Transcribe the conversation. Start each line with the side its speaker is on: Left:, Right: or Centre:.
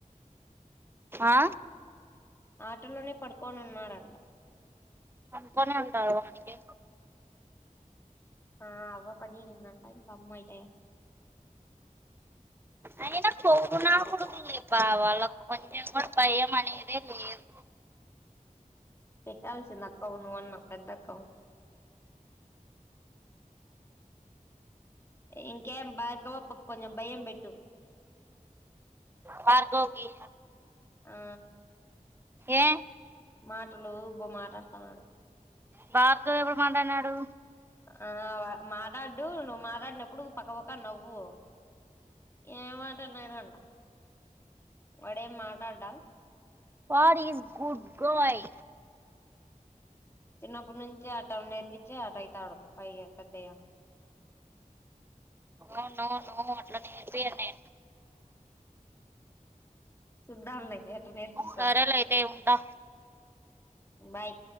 Right: ఆ
Left: ఆటోలోనే పడుకొని ఉన్నాడు అంట
Right: అనుకొని వెళ్తారు వానకి
Left: ఆ అ పనిందంట ఇంకా అమ్మ అయితే
Right: అయిన కొవ్వునకొడుకు లే బా వ కొంచెం కూడా భయం అనేదే లేదు
Left: పెట్టాల్సింది అక్క నువ్వు అన్న పెద్దకావు ఇంకేమీ భార్గవప్పకి కొంచెం భయం పెట్టు
Right: భార్గవ్కి
Left: ఆ
Right: ఏ
Left: మాటలు బో మాట్లాడుతున్నాడు
Right: భార్గవ్ ఎప్పుడు మాట్లాడినాడు
Left: ఆ మాట్లాడు నువ్వు మాట్లాడినప్పుడు పక్కపక్క నవ్వు ఏ మాటన్నాడు అంట వాడేమి మాట్లాడ్డా
Right: వాడు ఈస్ గుడ్ గయ్
Left: చిన్నప్పటి నుంచి ఆట నేర్పించి ఆట అయితాడు పై <unintelligible>
Right: అవునవును అట్లా నేర్పియను నేను
Left: చూద్దాంలే ఎట్ల నేర్పిస్తావో
Right: సరేలే అయితే ఉంటా
Left: బాయ్